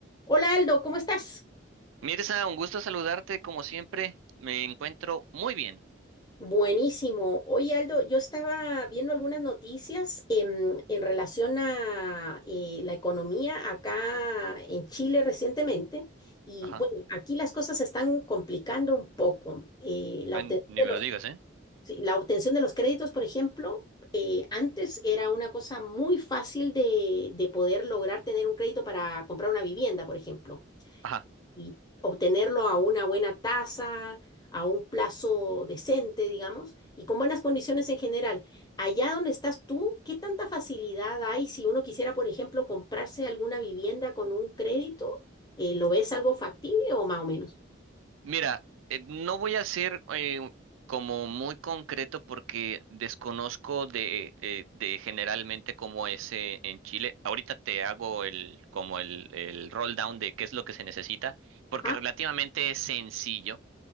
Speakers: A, on the left; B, on the right.
A: Hola Aldo, ¿cómo estás?
B: Mirza, un gusto saludarte como siempre. Me encuentro muy bien.
A: Buenísimo. Oye Aldo, yo estaba viendo algunas noticias en, en relación a eh, la economía acá en Chile recientemente y
B: Ajá.
A: bueno, aquí las cosas se están complicando un poco. Eh, la
B: Ay,
A: obtención
B: ni
A: de
B: me
A: los,
B: lo digas, ¿eh?
A: sí, la obtención de los créditos, por ejemplo, eh, antes era una cosa muy fácil de, de poder lograr tener un crédito para comprar una vivienda, por ejemplo.
B: Ajá.
A: y obtenerlo a una buena tasa, a un plazo decente, digamos, y con buenas condiciones en general. Allá donde estás tú, ¿qué tanta facilidad hay si uno quisiera, por ejemplo, comprarse alguna vivienda con un crédito? Eh, ¿lo ves algo factible o más o menos?
B: Mira, eh, no voy a ser eh, como muy concreto porque desconozco de, eh, de generalmente cómo es eh, en Chile. Ahorita te hago el como el, el roll down de qué es lo que se necesita, porque
A: Ajá,
B: relativamente es sencillo,